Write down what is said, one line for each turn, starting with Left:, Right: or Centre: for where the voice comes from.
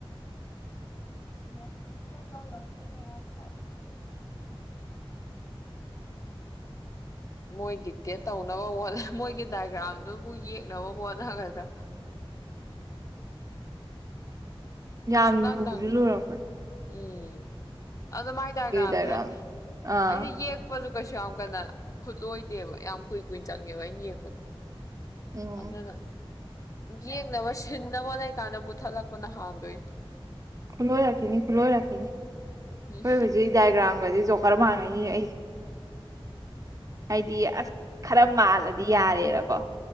Left: <unintelligible> ꯃꯣꯏ ꯗꯤꯛꯇꯦꯠ ꯇꯧꯅꯕ ꯍꯣꯠꯅ ꯃꯣꯏꯒꯤ ꯗꯥꯏꯒ꯭ꯔꯥꯝꯗꯨꯕꯨ ꯌꯦꯛꯅꯕ ꯍꯣꯠꯅꯒꯗ꯭ꯔꯥ
Right: ꯌꯥꯝ
Left: ꯁꯨꯡꯅꯪ
Right: ꯂꯨꯖꯨ
Left: ꯅꯪ
Right: ꯂꯨꯔꯛꯄꯅꯤ
Left: ꯎꯝ ꯑꯗꯨ ꯃꯥꯏ ꯗꯥꯏꯒ꯭ꯔꯥꯝꯖꯦ
Right: ꯗꯥꯏꯒ꯭ꯔꯥꯝ ꯑꯥ
Left: ꯑꯩꯗꯤ ꯌꯦꯛꯄꯖꯨ ꯀꯩꯁꯨ ꯌꯥꯝ ꯀꯟꯅ ꯈꯨꯠꯂꯣꯏꯗꯦꯕ ꯌꯥꯝ ꯀꯨꯏ ꯀꯨꯏꯅ ꯆꯪꯉꯦꯕ ꯑꯩꯅ ꯌꯦꯛꯄꯖꯦ
Right: ꯎꯝ
Left: ꯑꯃꯅ ꯌꯦꯛꯅꯕ ꯁꯤꯟꯅꯕ ꯍꯣꯠꯅꯩꯀꯥꯟꯗ ꯃꯨꯠ ꯊꯠꯂꯛꯄꯅ ꯍꯥꯟꯗꯣꯏꯅꯦ
Right: ꯈꯨꯂꯣꯏꯔꯛꯈꯤꯅꯤ ꯈꯨꯂꯣꯏꯔꯛꯈꯤꯅꯤ
Left: ꯎꯝ
Right: ꯈꯣꯏ ꯍꯧꯖꯤꯛ ꯗꯥꯏꯒ꯭ꯔꯥꯝ ꯒꯖꯦ ꯖꯣꯀꯔ ꯃꯥꯟꯒꯩꯅꯤ ꯑꯩ ꯍꯥꯏꯗꯤ ꯑꯁ ꯈꯔ ꯃꯥꯜꯂꯗꯤ ꯌꯥꯔꯦꯕꯀꯣ